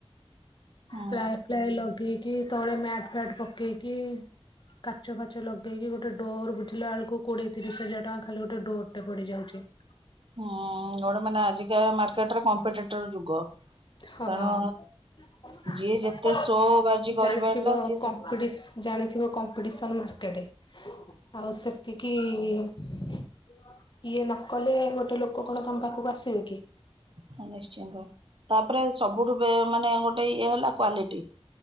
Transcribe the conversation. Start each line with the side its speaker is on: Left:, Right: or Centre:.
Right: ହୁଁ
Left: ପ୍ଲାୟ ଫା ୟ ଲଗେଇକି। ତଳେ ମ୍ୟାଟ ଫ୍ୟାଟ ପକେଇକି। କାଚ ଫାଚ ଲଗେଇକି ଗୋଟେ ଡୋର ବୁଝିଲା ବେଳକୁ, କୋଡିଏ ତିରିଶ ହଜାର ଟଙ୍କା ଖାଲି ଗୋଟେ ଡୋର ଟେ ପଡ଼ି ଯାଉଛି। ହ।
Right: ହୁଁ, ଗୋଟେ ମାନେ ଆଜିକା ମାର୍କେଟରେ କମ୍ପିଟେ ଟର୍ ଯୁଗ।
Left: ହଁ।
Right: ତେଣୁ
Left: <unintelligible>
Right: ଯିଏ ଯେତେ ଶୋ ବାଜି କରିପାରିଲା
Left: ଜାଣିଥିବ
Right: ସିଏ
Left: କମ୍ପିଟିସ ଜାଣିଥିବ ଜାଣିଥିବ କମ୍ପିଟ ପିଦିସନ ଭିତରେ ଆଉ ସେତିକି। ଇଏ ନ କଲେ ଗୋଟେ ଲୋକ କଣ ତମ ପାଖକୁ ଆସିବେ କି?
Right: ହ ନିଶ୍ଚିନ୍ତ ତାପରେ ସବୁଠୁ ମାନେ ଗୋଟେ ଇଏ ହେଲା କ୍ଵାଲିଟି।